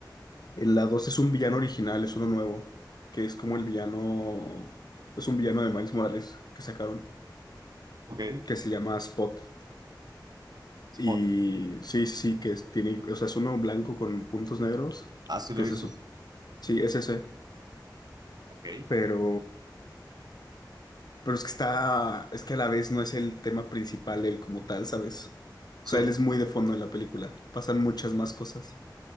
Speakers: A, on the left (about 60°); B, on the right (about 60°).
A: En la 2 es un villano original, es uno nuevo. Que es como el villano. Es un villano de Miles Morales que sacaron.
B: Ok.
A: Que se llama Spot.
B: Spot.
A: Y sí, sí, sí, que es- tiene. O sea, es uno blanco con puntos negros.
B: Ah, sí
A: Que
B: lo he
A: es
B: visto.
A: eso. Sí, es ese.
B: Ok.
A: Pero. Pero es que está, es que a la vez no es el tema principal él como tal, ¿sabes?
B: Sí.
A: O sea, él es muy de fondo en la película. Pasan muchas más cosas.